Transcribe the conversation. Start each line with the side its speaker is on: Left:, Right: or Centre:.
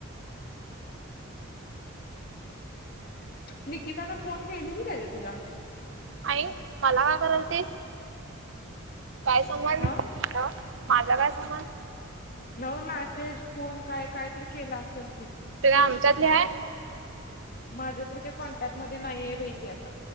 Left: निकितानं फोन केलेली काय ग तुला
Right: आणि मला का कराल ती काय संबंध
Left: हा
Right: माझा काय संबंध
Left: नव मेसेज फोन काय कायतरी केला असेल त
Right: ते काम आमच्यातली आहेय
Left: माझ्या तरी कॉन्टॅक्ट मध्ये नाहीये बाई ती आता